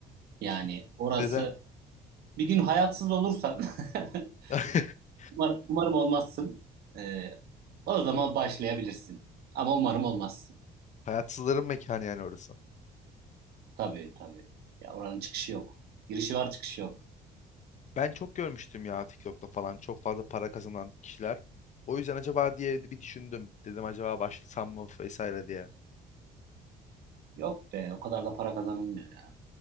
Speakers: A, on the left; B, on the right.
A: <laughs>
B: Yani orası
A: Neden?
B: bir gün hayatsız olursan <laughs>
A: <laughs>
B: Umar- umarım olmazsın. Ee, o zaman başlayabilirsin. Ama umarım olmazsın.
A: Hayatsızların mekanı yani orası.
B: Tabii tabii. Ya oranın çıkışı yok. Girişi var çıkışı yok.
A: Ben çok görmüştüm ya TikTok'ta falan çok fazla para kazanan kişiler. O yüzden acaba diye bir düşündüm. Dedim acaba başlasam mı vesaire diye.
B: Yok be o kadar da para kazanılmıyor ya.